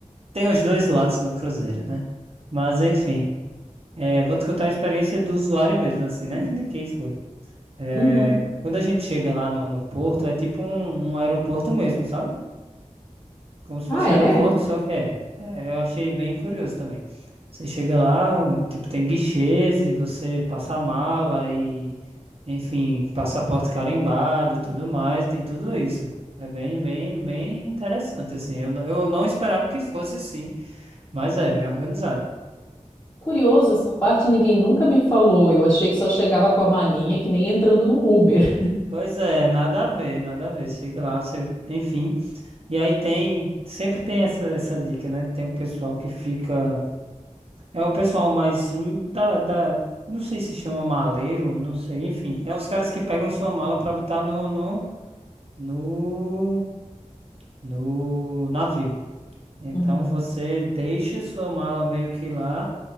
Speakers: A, on the right; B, on the left.
A: tem os dois lados no cruzeiro, né? Mas, enfim, é, vou te contar a experiência do usuário mesmo, assim, né? <laughs> De quem foi. É,
B: Uhum.
A: quando a gente chega lá no, no porto, é tipo um um aeroporto mesmo, sabe? Como se
B: Ah,
A: fosse
B: é?
A: um aeroporto, só que é, é, eu achei bem curioso também. Você chega lá, um, tipo, tem guichês e você passa a mala e, enfim, passaporte carimbado, tudo mais, tem tudo isso. É bem, bem, bem interessante, assim. Eu, não- eu não esperava que fosse assim, mas é bem organizado.
B: Curioso, essa parte ninguém nunca me falou. Eu achei que só chegava com a malinha, que nem entrando num Uber.
A: Pois é, nada a ver, nada a ver. Chega lá, você, enfim. E aí tem, sempre tem essa, essa dica, né? Tem um pessoal que fica. É o pessoal mais hum, da, da, não sei se chama maleiro, não sei, enfim, é os caras que pegam sua mala pra botar no, no, no, no navio. Então
B: Uhum.
A: você deixa sua mala meio que lá,